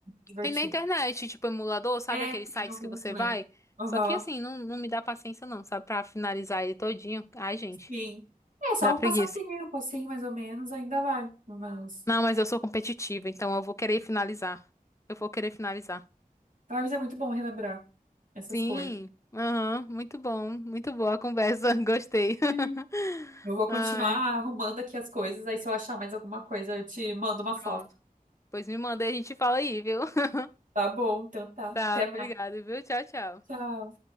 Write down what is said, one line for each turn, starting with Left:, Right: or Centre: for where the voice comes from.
Right: divertido.
Left: Tem na internet, tipo emulador, sabe
Right: É,
Left: aqueles
Right: tem
Left: sites
Right: algum,
Left: que você
Right: né?
Left: vai?
Right: Aham,
Left: Só que assim, não, não me dá paciência não, sabe? Pra finalizar ele todinho. Ai, gente,
Right: sim. É só
Left: dá
Right: um
Left: preguiça.
Right: passatempo, assim, mais ou menos, ainda vai. Mas,
Left: Não, mas eu sou competitiva, então eu vou querer finalizar. Eu vou querer finalizar.
Right: ah, mas é muito bom relembrar essas
Left: Sim,
Right: coisas.
Left: aham, muito bom, muito boa a conversa, <laughs> gostei.
Right: Sim.
Left: <laughs>
Right: Eu vou continuar
Left: Ai,
Right: arrumando aqui as coisas, aí se eu achar mais alguma coisa, eu te mando uma foto.
Left: pronto. Pois me manda e a gente fala aí, viu? <laughs>
Right: Tá bom, então tá.
Left: Tá,
Right: Até mais.
Left: obrigada, viu? Tchau, tchau.
Right: Tchau.